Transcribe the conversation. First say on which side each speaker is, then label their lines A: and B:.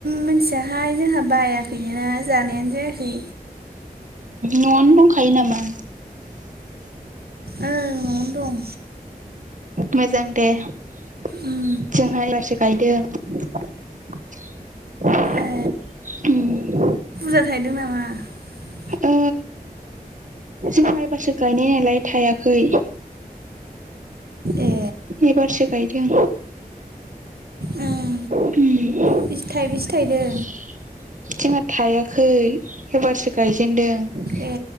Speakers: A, on the right (about 75°); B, on the right (about 55°).
A: मिथियाहाय जोंहा बायाखैनोना जानायानो जायाखै
B: न'आवनो दंखायो नामा?
A: ओं न'आवनो दं
B: मोजां दे जोंहा
A: उम
B: एबारसो गायदों। <inaudible>
A: ए <inaudible>
B: ओ जोंहा एबारसो गायनाय नालाय थायाखै
A: ए
B: एबारसो गायदों
A: ओं
B: <inaudible>
A: बेसे थाइबेसे थायदों
B: थायाखै एबारसो गायजेनन्दों
A: ए